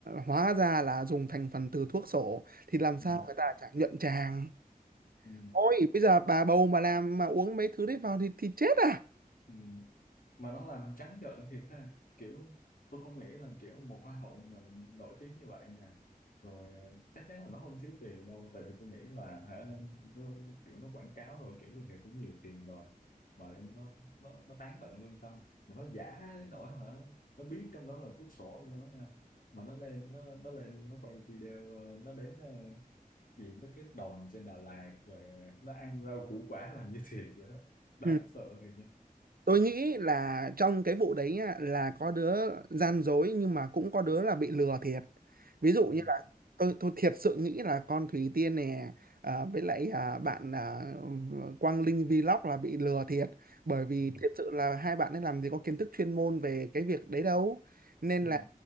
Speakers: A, on the right; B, on the left.
A: hóa ra là dùng thành phần từ thuốc sổ thì làm sao
B: Ừ,
A: người ta chả nhuận tràng
B: ừ,
A: ôi bây giờ bà bầu mà làm mà uống mấy thứ đấy vào thì thì chết à
B: ừ. Mà nó làm trắng trợn thiệt ha kiểu tôi không nghĩ là kiểu một hoa hậu mà nổi tiếng như vậy nè rồi ờ, chắc chắn là nó không thiếu tiền đâu tại vì tôi nghĩ là hả nó, kiểu nó quảng cáo rồi kiểu người này cũng nhiều tiền rồi mà nó nó nó tán tận lương tâm mà nó giả đến nỗi hả nó biết trong đó là thuốc sổ trong đó nha mà nó lên nó nó lên nó quay video ờ, nó đếm gì mấy cái đồng trên Đà Lạt rồi nó ăn rau củ quả làm như thiệt vậy đó đáng
A: Ừ.
B: sợ thiệt nha
A: tôi nghĩ là trong cái vụ đấy nhá, là có đứa gian dối nhưng mà cũng có đứa là bị lừa thiệt ví dụ
B: ừ.
A: như là tôi tôi thiệt sự nghĩ là con thủy Tiên nè à, với lại à, bạn à, Quang Linh Vlog là bị lừa thiệt bởi vì
B: Ừ.
A: thiệt sự là hai bạn ấy làm gì có kiến thức chuyên môn về cái việc đấy đâu nên
B: Ừ.
A: là